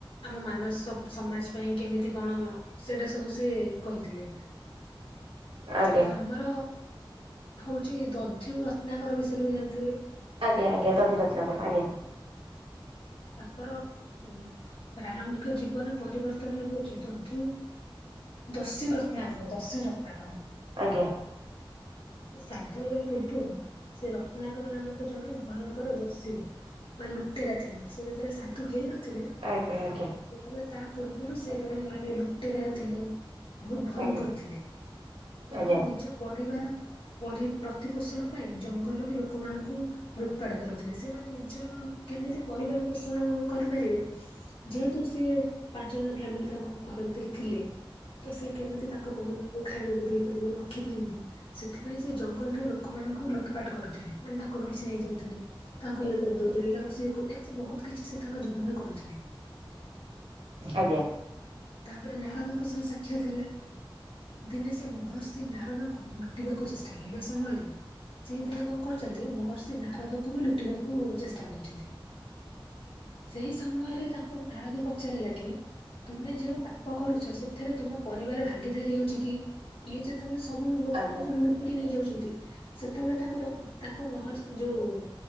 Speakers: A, on the left; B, on the right.
A: ଆମ ମାନସ ସ ସମାଜ ପାଇଁ କେମିତି କଣ ସେଇଟା ସବୁ ସିଏ କହିଥିଲେ।
B: ଆଜ୍ଞା
A: ତ ଆମର ହୋଉଚି ଦଧ୍ୟୁ ରତ୍ନାକର ବିଷୟରେ ବି ଜାଣଥିବେ?
B: ଆଜ୍ଞା ଆଜ୍ଞା ଦଧି ରତ୍ନକର ଆଜ୍ଞା।
A: ତାଙ୍କର ଉଁ ପ୍ରାରମ୍ଭିକ ଜୀବନ ପରିବର୍ତ୍ତନ ହୋଉଚି ଦଧି। ଦସ୍ୟୁ ରତ୍ନାକର ଦସ୍ୟୁ ରତ୍ନାକର।
B: ଆଜ୍ଞା।
A: ଶ୍ରାଦ୍ଧ ହେବା ପୂର୍ବରୁ ସେ ରତ୍ନାକର ନାମକ ଜଣେ ଭୟଙ୍କର ଦୋଷୀ। ବା ଲୁଟେରା ଥିଲେ ସେ ଯେତେବେଳେ ସାଧୁ ହେଇନଥିଲେ।
B: ଆଜ୍ଞା ଆଜ୍ଞା।
A: ସେତେବେଳେ ତା ପୂର୍ବରୁ ସେ ଜଣେ ମାନେ ଲୁପଟେରା ଥିଲେ। ବହୁତ ଭୟଙ୍କର
B: ଆଜ୍ଞା
A: ଥିଲେ
B: ଆଜ୍ଞା
A: ଏବଂ
B: ଆଜ୍ଞା
A: ନିଜ ପରିବାର ମୋଢି ପ୍ରତି ପୋଷଣ ପାଇଁ ଜଙ୍ଗଲରେ ଲୋକମାନଙ୍କୁ ଲୁଟପାଟ କରୁଥିଲେ। ସେମାନେ ନି ଜର କେମିତି ପରିବାର ପୋଷଣ କରିପାରିବେ। ଯେହେତୁ ସିଏ ପାଞ୍ଚ ଜଣ ଫ୍ୟାମିଲି ତାଙ୍କ ଘର ଭିତରେ ଥିଲେ। ତ ସେ କେମିତି ତାଙ୍କ ପରିବାରକୁ ଖାଇବାକୁ ଦେଇପାରିବେ ରଖିପାରିବେ ସେଥି ପାଇଁ ସେ ଜଙ୍ଗଲ ରେ ଲୋକମାନଙ୍କୁ ଲୁଟପାଟ କରଥିଲେ। ମାନେ ତାଙ୍କଠୁ କିଛି ନେଇଯାଉଥିଲେ। ତାଙ୍କୁ ଇଏ କରି ଦଉଥିଲେ ତାଙ୍କୁ ସିଏକରି ଏମିତି ବହୁତ କିଛି ସିଏ ତାଙ୍କ ଜୀବନରେ କରୁଥିଲେ।
B: ଆଜ୍ଞା।
A: ତାପରେ ନାରଦଙ୍କ ସହ ସାକ୍ଷାତ ହେଲା ଦିନେ ସେ ମହର୍ଷି ନାରଦଙ୍କୁ। କାଟିବାକୁ ଚେଷ୍ଟା କରିବା ସମୟରେ ସେହି ଦିନ କଣ କରୁଛନ୍ତି ମହର୍ଷି ନାରଦକୁବି ଲୁଟିବାକୁ ଚେଷ୍ଟା କରିଛନ୍ତି। ସେଇ ସମୟରେ ତାଙ୍କୁ ନାରଦ ପଚାରିଲାକି। ତୁମେ ଯୋଉ ପାପ କରୁଚ ସେଥିରେ ତୁମ ପରିବାର ଭା ଭାଗିଧାରୀ ହେଉଚିକି ଇଏ ଯେତେବେଳେ ସବୁ ଲୋକମାନଙ୍କର
B: ଆଜ୍ଞା
A: ଲୁଟିକି ନେଇ ଯାଉଛନ୍ତି। ସେତେବେଳେ ତାଙ୍କୁ ତାଙ୍କୁ ମହଶ୍ରୀ ଯୋଉ।